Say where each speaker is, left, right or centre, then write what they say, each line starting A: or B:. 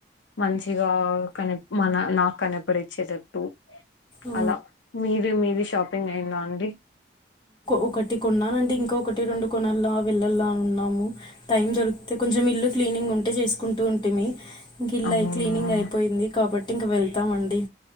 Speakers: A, on the left; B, on the left.
A: మంచిగా కని మన నాకు కనపడిచ్చేటట్టు
B: ఆ,
A: అలా మీది మీది షాపింగ్ అయిందా అండి
B: ఒకటి కొన్నానుంటడి ఇంకా ఒకటి రెండు కొనాల వెళ్ళలా అని ఉన్నాము టైం దొరికితే కొంచెం ఇల్లు క్లీనింగ్ ఉంటే చేసుకుంటూ ఉంటేమి ఇం గ ఇల్లయి
A: అవునా
B: క్లీనింగ్ అయిపోయింది కాబట్టి ఇంక వెళ్తామండి